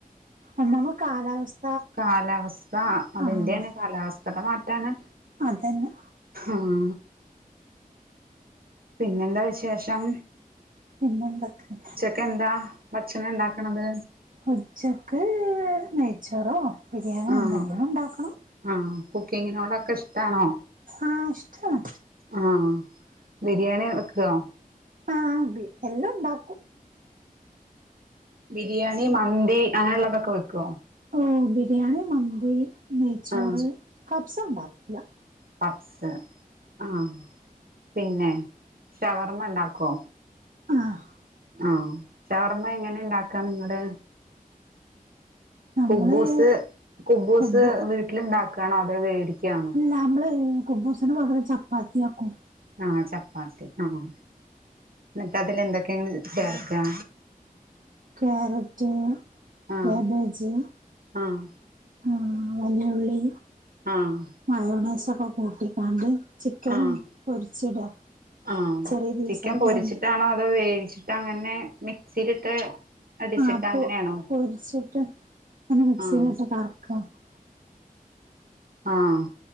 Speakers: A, on the right (about 65°); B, on the right (about 80°).
A: ഒന്നാമത് കാലാവസ്ഥ
B: കാലാവസ്ഥ അതിന്റെയാണ്
A: ആഹ്
B: കാലാവസ്ഥടെ മാറ്റാണ്
A: അതന്നെ
B: ആഹ് പിന്നെന്താ വിശേഷം
A: പിന്നെന്തൊക്കെ
B: <unintelligible> എന്താ ഭക്ഷണം ഇണ്ടാക്കണത്
A: ഉച്ചക്ക് നെയ്ച്ചോറൊ ബിരിയാണിയോ
B: ആഹ്
A: എന്തെങ്കിലും ഉണ്ടാക്കണം
B: ആഹ് കുക്കിങ്ങിനോടൊക്കെ ഇഷ്ട്ടാണൊ
A: ആഹ് ഇഷ്ട്ടാണ്
B: ആഹ് ബിരിയാണി വെക്കൊ
A: ആഹ് അതെ എല്ലാം ഉണ്ടാക്കും
B: ബിരിയാണി മന്തി അങ്ങനെള്ളതൊക്കെ വെക്കോ
A: ഓഹ് ബിരിയാണി മന്തി നെയ്ച്ചോറ്
B: ആഹ്
A: കബ്സ ഉണ്ടാക്കൂല
B: പപ്പ്സ് ആഹ് പിന്നെ ഷവർമ്മ ഉണ്ടാക്കൊ
A: ആഹ്
B: ആഹ് ഷവർമ്മ എങ്ങനെ ഇണ്ടാക്കാ നിങ്ങള്
A: നമ്മള്
B: കുബ്ബൂസ് കുബൂസ്
A: കുബു
B: വീട്ടിലുണ്ടാക്കാ ണൊ അതെ വേടിക്കാണൊ
A: അല്ല നമ്മള് കുബ്ബൂസിന് പകരം ചപ്പാത്തിയാക്കും
B: ആഹ് ചപ്പാത്തി ആഹ് ന്നിട്ടതില് എന്തൊക്കെയ നിങ്ങള് ചേർക്കാ
A: ക്യാരറ്റ്
B: ആഹ്
A: ക്യാബേജ്
B: ആഹ്
A: ആഹാ വലിയ ഉള്ളി
B: ആഹ്
A: മയോണൈസൊക്കെ കൂട്ടിക്കാണ്ട് ചിക്കനും
B: ആഹ്
A: പൊരിച്ചിടാ
B: ആഹ്
A: ചെറിയ പീസാക്കിയാണ്ട്
B: ചിക്കൻ പൊരിച്ചിട്ടാണൊ അതോ വേവിച്ചിട്ട് ട്ട് അങ്ങനെ മിക്സിയിലിട്ട് അടിച്ചിട്ട്
A: ആഹ് പൊ
B: അങ്ങനെയാണോ
A: പൊരിച്ചിട്ട് മിക്‌സി
B: ആഹ്
A: യിലിട്ട് കറക്ക
B: ആഹ്